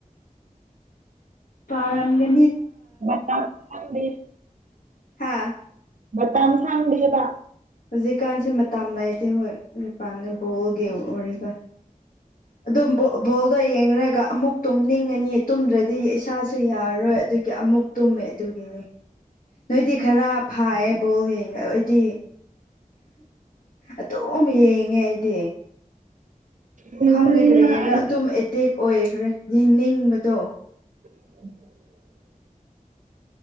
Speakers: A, on the left; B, on the right.
A: ꯄꯥꯎꯔꯝꯒꯅꯤ
B: <unintelligible>
A: ꯍꯥ
B: ꯇꯝ ꯁꯥꯡꯅꯕꯤꯕ
A: ꯍꯧꯖꯤꯛꯀꯥꯟꯁꯦ ꯃꯇꯝ ꯂꯥꯏꯇꯦ ꯍꯣꯏ ꯅꯨꯄꯥꯟꯅ ꯕꯣꯜꯒꯦ ꯑꯣꯏꯔꯒꯥꯟ ꯑꯗꯨꯝ ꯕꯣꯜꯗꯣ ꯌꯦꯡꯔꯒ ꯑꯃꯨꯛ ꯇꯨꯝꯅꯤꯡꯉꯅꯤ ꯇꯨꯝꯗ꯭ꯔꯗꯤ ꯏꯁꯥꯁꯨ ꯌꯥꯔꯔꯣꯏ ꯑꯗꯨꯒꯤ ꯑꯃꯨꯛ ꯇꯨꯝꯃꯦ ꯑꯗꯨꯒꯤꯅꯤ ꯅꯣꯏꯗꯤ ꯈꯔ ꯐꯥꯌꯦꯕꯣꯅꯦ ꯑꯩꯗꯤ ꯑꯗꯨ ꯌꯦꯡꯉꯦ ꯑꯩꯗꯤ
B: ꯌꯦꯡꯕꯅꯤꯗ
A: ꯈꯪꯈ꯭ꯔꯦꯔ
B: ꯑꯩꯗꯤ
A: ꯑꯗꯨꯝ ꯑꯦꯗꯤꯛ ꯑꯣꯏꯈ꯭ꯔꯦ ꯌꯦꯡꯅꯤꯡꯕꯗꯣ
B: <inaudible>